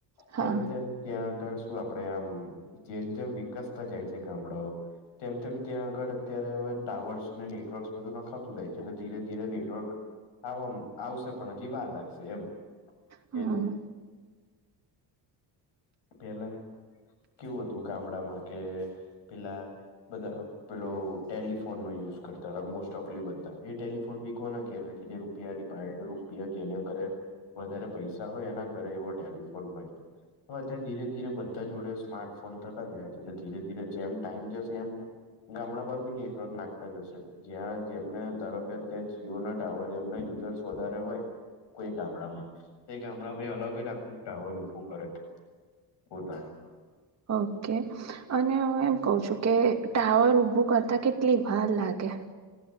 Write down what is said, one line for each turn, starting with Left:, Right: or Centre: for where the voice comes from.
Right: હા
Left: તેમ તેમ ત્યાં આગળ શું આપડે આમ જેમ જેમ વિકસતા જાય છે ગામડાઓ તેમ તેમ ત્યાં આગળ અત્યારે હવે ટાવર્સ ને નેટવર્કસ બધું નખાવતું જાય છે એટલે ધીરે ધીરે નેટવર્ક હામ આવ સ. પણ હજી વાર લાગશે એમ
Right: હમ
Left: કે. પેલા કેવું હતું ગામડામાં કે પેલા. બધા પેલો ટેલિફોન નો યુઝ કરતા હતા મોસ્ટ ઓફલી બનતા એ ટેલિફોન વીકવાના કહેરય જે ર. ર રૂપિયા જેને ઘરે વધારે પૈસા હોય એના ઘરે એવો ટેલિફોન હોય. હ અત્યારે ધીરે ધીરે બધા જોડે સ્માર્ટફોન થતા જયા છે એટલે ધીરે ધીરે જેમ ટાઈમ જશે એમ. ગામડા બાબી નેટવર્ક નાખતા જ હશે. જ્યાં જેમને ધારો કે અત્યારે જીઓ ના ટાવર જેમના યુઝર્સ વધારે હોય. કોઈ ગામડામાં તે ગામડામાં અલગજ આખું ટાવર ઉઊભું કરે. પોતાનું.
Right: ઓકે અને હ એમ કહ છું કે ટાવર ઉઊભું કરતા કેટલી. ભાલાગે.